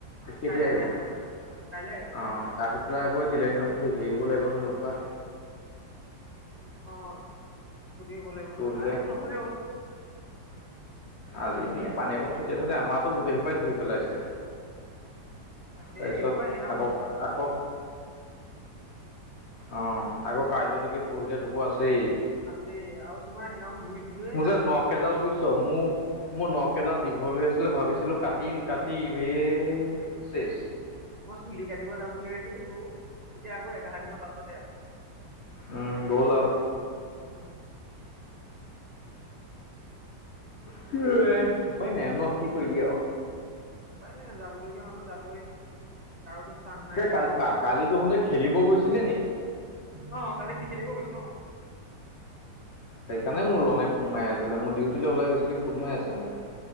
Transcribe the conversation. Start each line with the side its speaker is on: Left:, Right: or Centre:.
Left: কেতিয়া
Right: কাইলে
Left: আহিব।
Right: কাইলে
Left: আহ।
Right: কাইলে আহিব কাইলে
Left: আহি পেলাই আকৌ তিলাই দিনাখন হেৰি হব লাগিব নহয় এহোপা
Right: অ'। সুধিব লাগিব
Left: পৰহিলে
Right: ন', আজিতো নহলেই হ'ল।
Left: আজি এনে পানী অকণ ছটিয়াই থৈদে, আমাৰটো গোটেই সোপাই ধুই পেলাইছে।
Right: তাকে
Left: তাৰপিছত
Right: এইসোপা সেইদিনাখন
Left: আকৌ, আকৌ অ', আকৌ কাইলৈ থাকি পৰহিলে ধুব আছো
Right: আছেই আৰু তোমাৰ সেইদিনাখন ধুইছিলোহে
Left: মোৰ যে
Right: আকৌ
Left: নকডাল
Right: কাপ
Left: বুজিছ মোক মোৰ নখ এডাল দীঘল হৈ আছিলে ভাবিছিলো কাটিম কাটিম এ চে
Right: মই চুলি কাটিব যাম বুলি ভাবছিলো অ এতিয়া আকৌ এঘাৰ দিনৰ পাছতে আৰু
Left: উম গৌ লাও
Right: উম
Left: কি উপায় নাই ন কি কৰিবি আৰু
Right: উপায় নাই যাবলগীয়া মানুহ যাবই কাৰোতো স্থান নাই ইয়াত
Left: কাল
Right: ন
Left: কালিতো সুতে খেলিব গৈছিলে
Right: অ কালি খেলিব গৈছো অ
Left: সেইকাৰণে মোৰ ৰনে ফোন মাৰি আছিলে মোৰ ডিউটৈ ওলাই গৈছে কি ফোন মাৰি আছে মোক